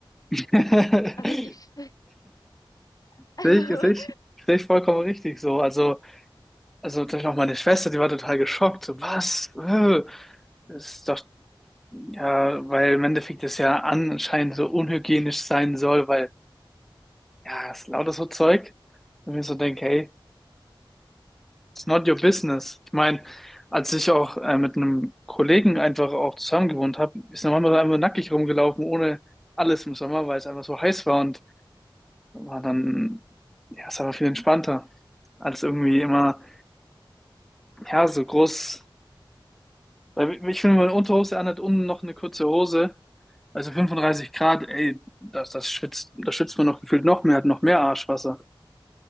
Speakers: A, in the centre; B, on the left.
A: <laughs>
B: Also ich, <laughs> also
A: Sehe ich, sehe ich, sehe ich vollkommen richtig so. Also also natürlich auch meine Schwester, die war total geschockt. So, was? Äh, Das ist doch, ja, weil im Endeffekt das ja anscheinend so unhygienisch sein soll, weil, ja, es ist lauter so Zeug. Und ich mir so denke, hey, it's not your business. Ich meine, als ich auch äh, mit einem Kollegen einfach auch zusammen gewohnt habe, ist der Mann einfach nackig rumgelaufen, ohne alles im Sommer, weil es einfach so heiß war und war dann, ja, es war viel entspannter, als irgendwie immer, ja, so groß Weil ich finde, meine Unterhose anhat, unten noch eine kurze Hose. Also 35 Grad, ey, das, das schwitzt, da schwitzt man noch gefühlt noch mehr, hat noch mehr Arschwasser.